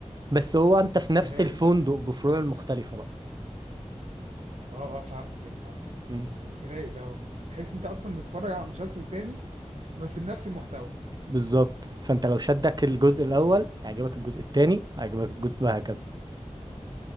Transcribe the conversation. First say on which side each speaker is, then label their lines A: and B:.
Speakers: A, on the right; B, on the right.
A: بس هو انت في نفس
B: ده رايق
A: الفندق
B: ده
A: بفروع مختلفة بقى
B: اه اه فهمت كده فهمتك
A: مم.
B: بس رايق دوت تحس انت اصلا بتتفرج على مسلسل تاني بس بنفس المحتوى
A: بالظبط فانت لو شدك الجزء الاول هيعجبك الجزء التاني هيعجبك الجزء وهكذا